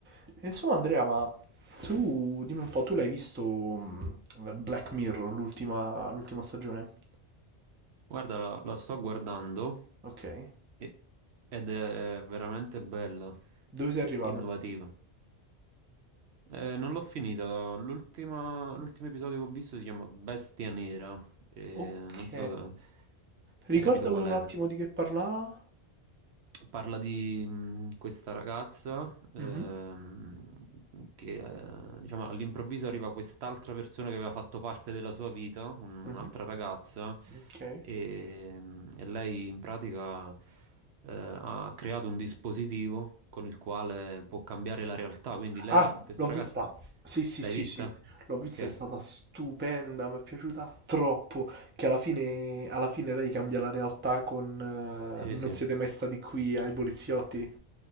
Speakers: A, on the right (about 20°); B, on the right (about 75°).
A: E Insomma, Andrea, ma tu dimmi un po', tu l'hai visto mh, Black Mirror, l'ultima l'ultima stagione?
B: Guarda, la, la sto guardando
A: Ok.
B: e- ed è veramente bella,
A: Dove sei arrivato?
B: innovativa. Eh, non l'ho finita, l'ultima- l'ultimo episodio che ho visto si chiama Bestia Nera, e
A: Ok.
B: non so se, se
A: Ricordami
B: hai capito qual
A: un Quale?
B: è.
A: attimo di che parlava.
B: Parla di mh, questa ragazza ehm,
A: Mhm,
B: che eh, diciamo all'improvviso arriva quest'altra persona che aveva fatto parte della sua vita, un'altra
A: mhm,
B: ragazza,
A: Ok. Quale?
B: e, mh, e lei in pratica eh, ha creato un dispositivo con il quale può cambiare la realtà. Quindi lei,
A: Ah,
B: questa
A: l'ho vista.
B: ragazza,
A: Sì, sì,
B: l'hai
A: sì,
B: vista?
A: sì. L'ho vista,
B: Ok,
A: è stata stupenda, mi è piaciuta troppo. Che alla fine, alla fine lei cambia la realtà con eh,
B: sì,
A: Non
B: sì,
A: siete mai stati qui ai poliziotti.